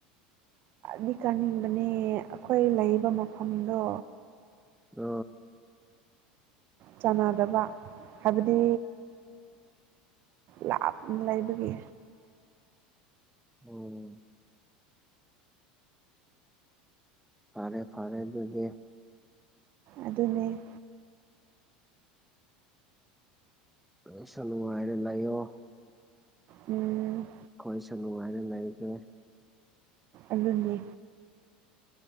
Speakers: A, on the right (about 50°); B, in the centre.
A: ꯗꯤ ꯀꯥꯅꯤꯡꯕꯅꯦ ꯑꯩꯈꯣꯏ ꯂꯩꯔꯤꯕ ꯃꯐꯝꯗꯣ
B: ꯑ
A: ꯆꯥꯟꯅꯗꯕ ꯍꯥꯏꯕꯗꯤ ꯂꯥꯞ ꯂꯩꯕꯒꯤ
B: ꯑꯣ ꯐꯥꯔꯦ ꯐꯔꯦ ꯑꯗꯨ ꯗꯦ
A: ꯑꯗꯨ ꯑꯗꯨꯅꯅꯦ
B: ꯄꯁꯂꯅꯨꯡꯉꯥꯏꯅ ꯂꯩꯣ
A: ꯎꯝ
B: ꯑꯩꯣꯏ ꯁꯅꯨ ꯍꯥꯏꯅ ꯂꯩꯒꯦ
A: ꯑꯗꯨꯅꯦ